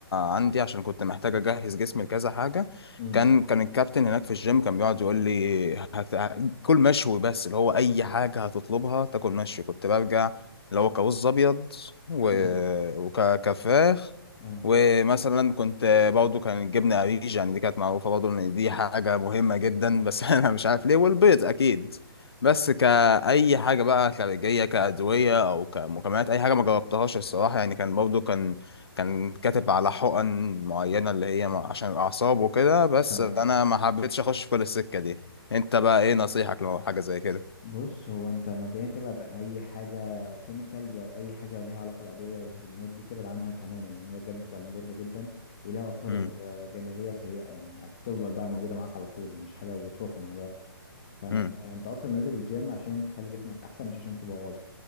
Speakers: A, on the left (about 85°); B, on the left (about 25°).
A: عندي عشان كنت محتاج اجهز جسمي لكذا حاجة
B: امم
A: كان كان الكابتن هناك في الجيم كان بيقعد يقول لي هت... ه- كل مشوي بس اللي هو اي حاجة هتطلبها تاكل مشوي كنت برجع اللي هو كرز ابيض و...
B: امم
A: وكفراخ
B: اه
A: ومثلا كنت برضه كان الجبنة قريش يعني دي كانت معروفة برضه ان دي حاجة مهمة جدا بس <laughs> انا مش عارف ليه والبيض اكيد بس كأي حاجة بقى خارجية كأدوية أو كمكملات أي حاجة ما جربتهاش الصراحة يعني كان برضو كان كان كاتب على حقن معينة اللي هي مع- عشان الأعصاب وكده بس
B: امم
A: أنا ما حبيتش أخش في كل السكة دي أنت بقى إيه نصيحتك لو حاجة زي كده؟
B: بص هو انت مبدئيا تبعد عن اي حاجه كيميكالز او اي حاجه ليها علاقه بادويه وهرمونات دي تبعد عنها تماما لان هي بجد بتبقى مضره جدا وليها اثار
A: امم
B: آه، جانبيه سيئه يعني بتفضل بقى موجوده معاك على طول مش حاجه وبتروح مع الوقت فانت
A: امم
B: انت اصلا نازل الجيم عشان تخلي جسمك احسن مش عشان تبوظه